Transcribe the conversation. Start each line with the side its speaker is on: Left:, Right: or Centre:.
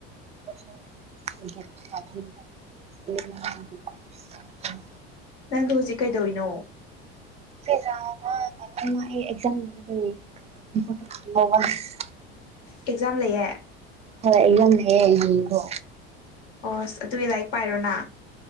Right: ꯀꯁꯣ <inaudible> <inaudible>
Left: ꯅꯪꯗꯣ ꯍꯨꯖꯤꯛ ꯀꯩꯗꯣꯏꯅꯣ
Right: <inaudible>
Left: ꯑꯦꯛꯖꯥꯝ ꯂꯩꯌꯦ
Right: ꯍꯣꯏ ꯑꯦꯛꯖꯥꯝ ꯂꯩꯌꯦ ꯍꯌꯦꯡꯗꯣ
Left: ꯑꯣꯁ ꯑꯗꯨꯒꯤ ꯂꯥꯏꯔꯤꯛ ꯄꯥꯏꯔꯣꯅ